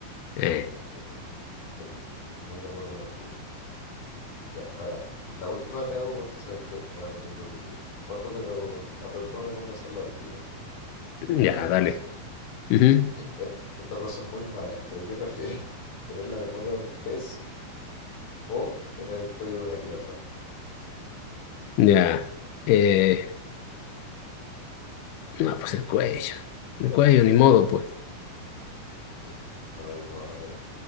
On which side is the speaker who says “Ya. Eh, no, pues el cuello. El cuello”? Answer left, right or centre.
Left